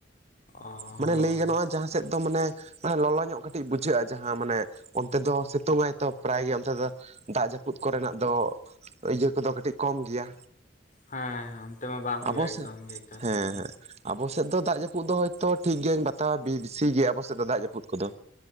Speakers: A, on the left (about 45°); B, on the right (about 35°).
A: ᱚ
B: ᱢᱟᱱᱮ
A: ᱦᱳᱭ
B: ᱞᱟᱹᱭ ᱜᱟᱱᱚᱜᱼᱟ ᱡᱟᱦᱟᱸ ᱥᱮᱫ ᱫᱚ ᱢᱟᱱᱮ ᱢᱟᱱᱮ ᱞᱚᱞᱚ ᱧᱚᱜ ᱠᱟᱹᱴᱤᱡ ᱵᱩᱡᱷᱟᱹᱜᱼᱟ ᱡᱟᱦᱟᱸ ᱢᱟᱱᱮ ᱚᱱᱛᱮ ᱫᱚ ᱥᱤᱛᱩᱝᱟᱭ ᱛᱚ ᱯᱨᱟᱭ ᱜᱮ ᱚᱱᱛᱮ ᱫᱚ᱾ ᱫᱟᱜ ᱡᱟᱹᱯᱩᱫ ᱠᱚᱨᱮᱱᱟᱜ ᱫᱚ ᱤᱭᱟᱹ ᱠᱚᱫᱚ ᱠᱟᱹᱴᱤᱡ ᱠᱚᱢ ᱜᱮᱭᱟ᱾
A: ᱦᱮᱸ ᱚᱱᱛᱮ ᱢᱟ ᱵᱟᱝ ᱦᱩᱭᱩᱜᱼᱟ
B: ᱟᱵᱚ
A: ᱮᱠᱫᱚᱢ
B: ᱥᱮᱫ
A: ᱜᱮ ᱮᱠᱟᱞ
B: ᱦᱮᱸ
A: ᱧᱚᱜ ᱜᱮ᱾
B: ᱦᱮᱸ ᱟᱵᱚ ᱥᱮᱫ ᱫᱚ ᱫᱟᱜ ᱡᱟᱹᱯᱩᱫ ᱫᱚ ᱦᱚᱭᱛᱚ ᱴᱷᱤᱠ ᱜᱮᱭᱟᱧ ᱵᱟᱛᱟᱣᱟ ᱵᱤ ᱵᱤᱥᱤ ᱜᱮᱭᱟ ᱟᱵᱚ ᱥᱮᱫ ᱫᱚ ᱫᱟᱜ ᱡᱟᱹᱯᱩᱫ ᱠᱚᱫᱚ?